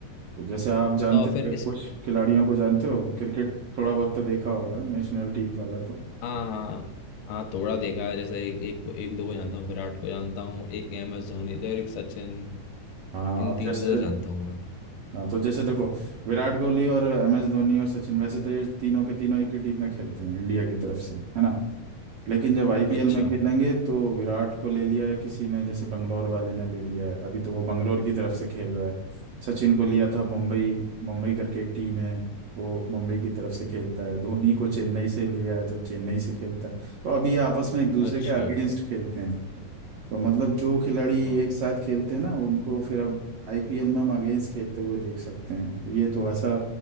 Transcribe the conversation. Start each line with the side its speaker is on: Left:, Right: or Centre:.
Right: तो जैसे आप जानते
Left: तो फिर
Right: हो फिर
Left: इस
Right: कुछ खिलाड़ियों को जानते हो क्रिकेट थोड़ा बहुत तो देखा होगा नेशनल टीम वाला तो
Left: हाँ हाँ हाँ थोड़ा देखा है जैसे एक एक, को- एक दो को जानता हूँ विराट को जानता हूँ एक एम एस धोनी थे और एक सचिन
Right: हाँ
Left: इन
Right: अब
Left: तीन
Right: जैसे
Left: को तो जानता हूँ मैं
Right: हाँ तो जैसे देखो विराट कोहली और एम एस धोनी और सचिन वैसे तो ये तीनों के तीनों एक ही टीम में खेलते हैं इंडिया की तरफ से है ना लेकिन जब आईपीएल
Left: अच्छा
Right: में खेलेंगे तो विराट को ले लिया है किसी ने जैसे बंगलोर वाले ने ले लिया है अभी तो वो बंगलोर की तरफ से खेल रहा है सचिन को लिया था मुंबई मुंबई करके एक टीम है वो मुंबई की तरफ से खेलता है धोनी को चेन्नई से लिया है तो चेन्नई से खेलता है तो अभी ये आपस में एक दूसरे
Left: अच्छा
Right: के अगेंस्ट खेलते हैं तो मतलब जो खिलाड़ी
Left: हाँ
Right: एक साथ खेलते हैं ना उनको फिर अब आईपीएल में हम अगेंस्ट खेलते हुए देख सकते हैं तो ये थोड़ा सा